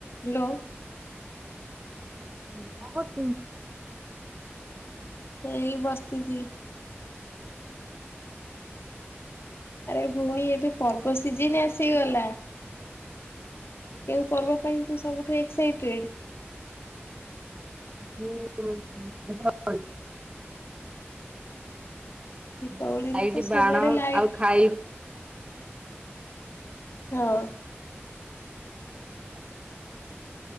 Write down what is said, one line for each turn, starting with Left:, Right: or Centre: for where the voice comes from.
Left: ହ୍ୟାଲୋ।
Right: ହୁଁ କଣ କରୁଚୁ?
Left: ଏଇ ବସିଚି। ଆରେ ଭଉଣୀ ଏବେ ପର୍ବ ସିଜିନ୍ ଆସିଗଲା। କେଉଁ ପର୍ବ ପାଇଁ ତୁ ସବୁଠୁ ଏକ୍ସାଇଟେଡ?
Right: ମୁଁ ଦୀପା ବଳୀ
Left: ଦୀପାବଳିରେ
Right: ଲାଇଟ
Left: ତ ସବୁଆଡେ
Right: ବାଣ
Left: ଲାଇଟ୍
Right: ଆଉ ଖାଇ
Left: ହଁ।